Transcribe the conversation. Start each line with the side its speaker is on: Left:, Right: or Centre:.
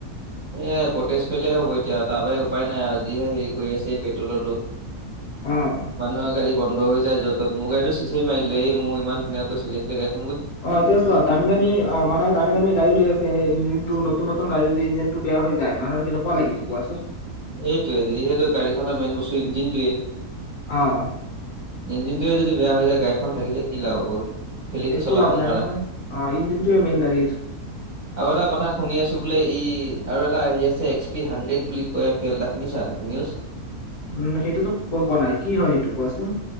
Right: এই প্ৰটেষ্ট কৰিলেহে হ'ব এতিয়া তাৰ বাহিৰে উপায় নাই আৰু যিহে হেৰি কৰি আছে এই পেট্ৰলৰটো।
Left: অ'।
Right: মানুহৰ গাড়ী বন্ধ হৈ য'ত ত'ত, মোৰ গড়ীটো চেছেই মাৰিলে মোৰ ইমান ধুনিয়াকৈ চলি আছিলে গাড়ী
Left: অঁ এতিয়া চোৱা দামি দামি অ' মানে দামি - দামি গাড়ী লৈ আছে। এই ইঞ্জিনটো নতুন নতুন গাড়ী যদি ইঞ্জিনটো বেয়া হৈ যায় মানুহৰ কেনেকুৱা লাগিব কোৱাচোন?
Right: এইটোৱেই, যিহেতু গাড়ীখনৰ মেইন বস্তু ইঞ্জিনটোৱেই।
Left: অঁহ।
Right: ইঞ্জিনটোয়ে যদি বেয়া হৈ যায় গাড়ীখন থাকিলে কি লাভ হ'ব? থেলিটো
Left: একো
Right: চলাব
Left: লাভ
Right: নোৱাৰা।
Left: নাই নহয়। অ', ইঞ্জিনটোৱে
Right: উমঁ।
Left: মেইন গাড়ীৰ
Right: আৰু এটা কথা শুনি আছো বোলে ই' আৰু এটা আহি আছে এক্স পি হানড্ৰেড বুলি ত তেলটা শুনিছা নিউজ?
Left: উম সেইটোতো গম পোৱা নাই কি হয় সেইটো কোৱাচোন?